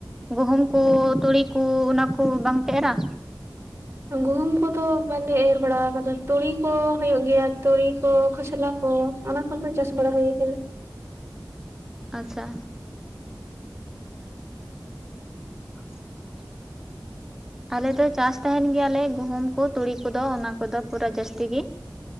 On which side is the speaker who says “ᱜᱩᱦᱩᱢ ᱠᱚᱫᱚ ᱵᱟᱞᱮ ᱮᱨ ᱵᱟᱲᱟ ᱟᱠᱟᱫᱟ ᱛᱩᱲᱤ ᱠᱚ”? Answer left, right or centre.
Right